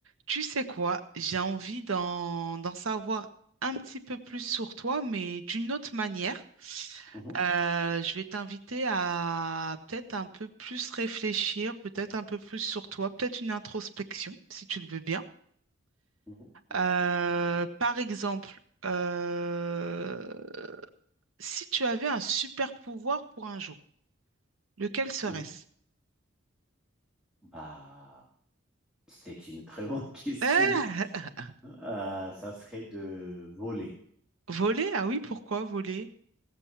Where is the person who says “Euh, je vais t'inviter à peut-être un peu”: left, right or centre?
Right